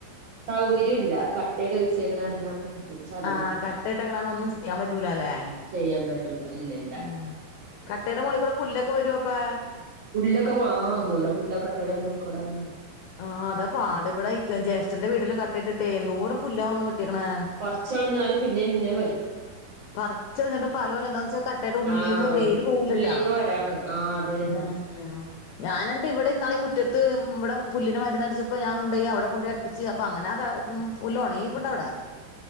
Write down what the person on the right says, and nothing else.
സൗകര്യം ഇല്ല കട്ടയൊക്കെ വിരിച്ചേക്കണ കാരണം മുറ്റത്ത് സ്ഥലവുല്ലല്ലോ
ചെയ്യാൻ പറ്റൂല ഇല്ല ഇല്ല
പുല്ലൊക്കെ വാ എന്തോരെ പുല്ലാ കട്ടയുടെ മോളിൽ കൂടെ വരുന്നെ
പറിച്ചു കളഞ്ഞാലും പിന്നേയും പിന്നേയും വരും
ആഹ്
ഉള്ളീന്ന് വരാണ് ആഹ് അത് തന്നെ